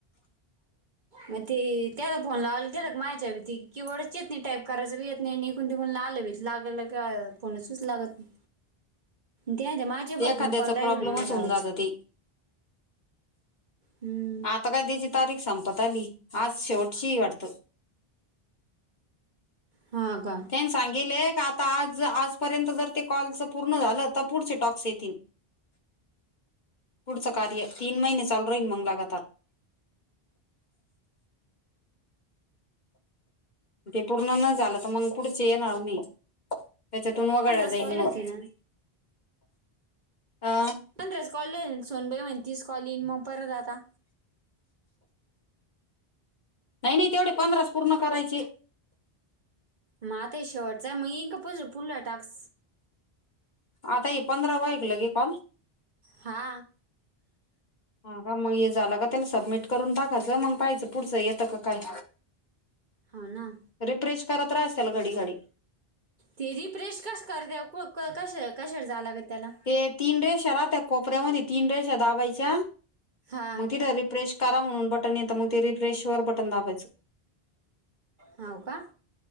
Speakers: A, on the right; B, on the left.
A: म ते त्याला फोन लावाल ते लोक माया <unintelligible> की वरचे येत नाही टाईप करायच बी येत नाही इकुण तिकुण आलं बी लागलं का फोनच लागत नाही
B: <inaudible>
A: त्या नाही तर माय
B: ते एखाद्याचा
A: <unintelligible> कॉल राहिले
B: प्रॉब्लेमच
A: माझे आज लावायचे
B: होऊन जात ते
A: हू
B: आता काय त्याची तारीख संपत आली आज शेवटचीये वाटतं
A: हा का
B: त्यांनी सांगिले का आता आज आजपर्यंत जर ते कॉलच पूर्ण झालं तर पुढचे टॉक्स येतिन पुढच कार्य तीन महीने चालु राइन मंग लगातार म ते पूर्ण न झालं तर मग पुुढचे येणार नाही त्याच्यातून वगळला
A: पंधराच
B: जाईन
A: कॉल
B: मग
A: होते ना
B: आ
A: पंधराच कॉले सुनबाई म्हण तीस कॉल इन म परत आता
B: नाही नाही तेवडे पंधराच पूर्ण करायचे
A: म आता हे शेवटचाये मग येईल का पूज पुढला टास्क
B: आता हे पंधरावाये लगे कॉल
A: हा
B: हा का मग हे झालं का त्याला सबमिट करून टाकाचं मग पाहियचं पुढचं येतं का काय
A: हो ना
B: रिफ्रेश करत राहायचं त्याला घडी घडी
A: ते रिफ्रेश कस करत्या कश कशावर जाय लागत त्याला?
B: ते तीन रेषा राहत्या कोपऱ्यामधी तीन रेषा दाबायच्या,
A: हा
B: मग तिथं रिफ्रेश करा म्हणून बटन येता मग ते रिप्रेशर वर बटन दाबायचं.
A: हाव.. का?